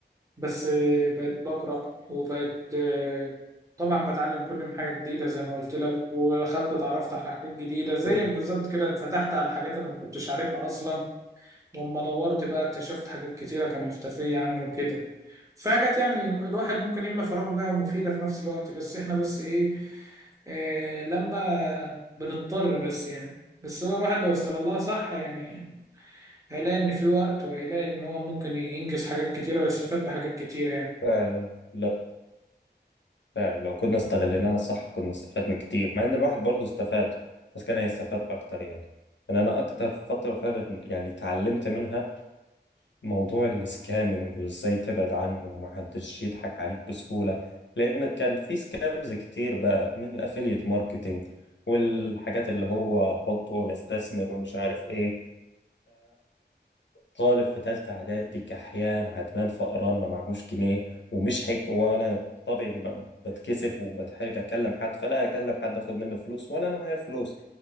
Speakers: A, on the right; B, on the left.
A: بس آه، بقيت بقرأ وبقيت آه، طبعا بتعلم كل يوم حاجة جديدة زي ما قلت لك ودخلت اتعرفت على حاجات جديدة زيك
B: ايوه
A: بالظبط كده اتفتحت على حاجات أنا ما كنتش عارفها أصلا ولما دورت بقى اكتشفت حاجات كتيرة كان مختفية عني وكده فحاجات يعني الواحد ممكن يملى فراغه بيها ومفيدة في نفس الوقت بس احنا بس إيه آه، لما بنضطر بس يعني بس هو الواحد لو استغلها صح يعني هيلاقي إن في وقت وهيلاقي إن هو ممكن ينجز حاجات كتيرة ويستفاد بحاجات كتيرة يعني
B: فعلا لا فعلا لو كنا استغليناها صح كنا استفدنا كتير مع ان الواحد برضه استفاد بس كان هيستفاد اكتر يعني يعني انا اكتر فتره فعلا يعني اتعلمت منها موضوع السكامنج وازاي تبعد عنه ومحدش يضحك عليك بسهوله لان كان في سكامز كتير بقى من الافيليت ماركتينج والحاجات اللي هو حط ونستثمر ومش عارف ايه طالب في تالتة إعدادي كحيان عدمان فقران ما معهوش جنيه ومش حج وأنا بطبعي ب- بتكسف وبتحرج أكلم حد فلا أكلم حد أخد منه فلوس ولا أنا معايا فلوس